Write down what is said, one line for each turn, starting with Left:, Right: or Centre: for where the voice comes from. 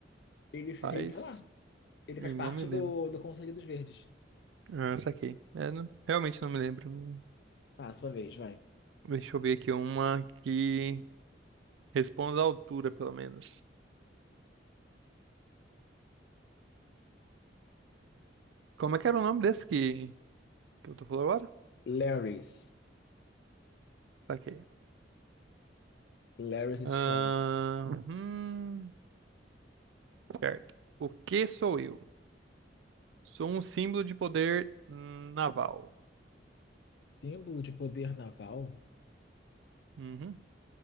Left: ele,
Right: Paz.
Left: ele tá lá. Ele
Right: Eu
Left: faz parte
Right: não me lembro.
Left: do, do Conselho dos Verdes.
Right: Ah, saquei. É, não- realmente não me lembro. Não-
Left: Tá, sua vez, vai.
Right: Deixa eu ver aqui uma que responda à altura, pelo menos. Como é que era o nome desse que que eu tô falando agora?
Left: Larys.
Right: Ok.
Left: Larys
Right: Ahn,
Left: Strong.
Right: hum, certo. O que sou eu? Sou um símbolo de poder naval.
Left: Símbolo de poder naval.
Right: Uhum.